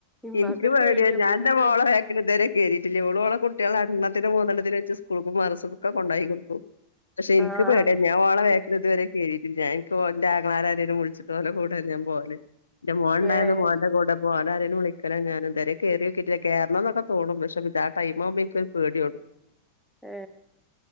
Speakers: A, in the centre; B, on the left (about 75°).
A: ഇമ്മാക്കൊരു
B: എനിക്ക് പേടിയാ
A: പേടി നമ്മളിങ്ങനെ
B: ഞാൻ എന്റെ മോളെ
A: വണ്ടി
B: ബാക്കില് ഇതുവരെ കയറിട്ടില്ല ഓള് മോളെ കുട്ടികളെ എണ്ണത്തിന് മൂന്നെണ്ണത്തിന് വെച്ച് സ്കൂ കൊടുക്കും <unintelligible> ഉണ്ടാക്കി കൊടുക്കും പക്ഷെ എനിക്ക്
A: ആഹ്
B: പേടിയാ ഞാൻ അവളെ ഇതുവരെ കേറിയിട്ടില്ല ഞാൻ എനിക്ക് എന്റെ ആങ്ങളമാരേ വിളിച്ചിട്ട് പോലെ അവരുടെ കൂടേ ഞാൻ പോവാറ്. എന്റെ മോൻ ഉണ്ടായിരുന്നു
A: ഏഹ്
B: മോന്റെ കൂടെപ്പോരാരും വിളിക്കണം ഞാൻ എന്തും കയറിട്ടില്ല കയറണന്നൊക്കെ തോന്നും പക്ഷേ വ ആ ടൈം ആവുമ്പോ എനിക്ക് പേടി <inaudible>
A: ഏ